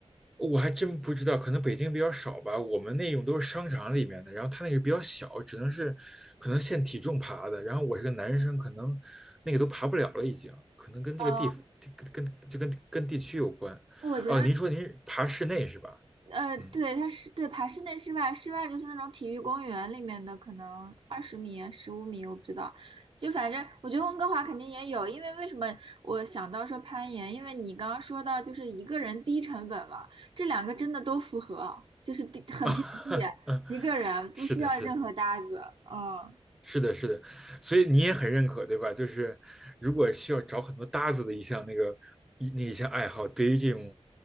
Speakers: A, in the centre; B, on the right (about 55°).
A: 我还真不知道，可能北京比较少吧，我们那种都是商场里面的，然后它那个比较小，只能是可能限体重爬的，然后我是个男生，可能那个都爬不了了，已经，可能跟这个地跟跟就跟跟地区有关，
B: 啊？我觉得
A: 哦、您说您是爬室内是吧？
B: 呃，
A: 嗯，
B: 对，它是对爬室内、室外，室外就是那种体育公园里面的，可能二十米啊、十五米，我不知道。就反正我觉得温哥华肯定也有，因为为什么我想到说攀岩？因为你刚刚说到就是一个人低成本嘛，这两个真的都符合，就是低很便宜，
A: <laughs>
B: 一个人不需要任何搭子。
A: 是的，是的。
B: 嗯，
A: 是的，是的，所以你也很认可，对吧？就是如果需要找很多搭子的一项那个一那一项爱好，对于这种